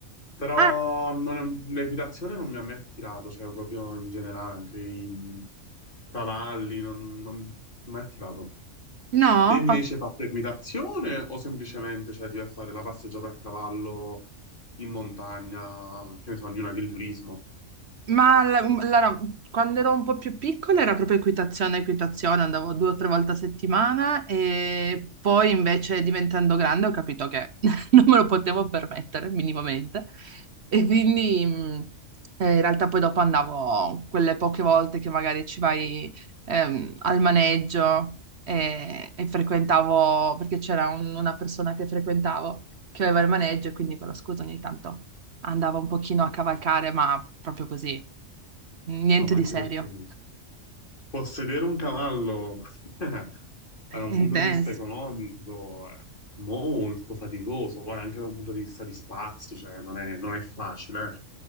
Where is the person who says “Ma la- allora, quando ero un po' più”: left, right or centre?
Right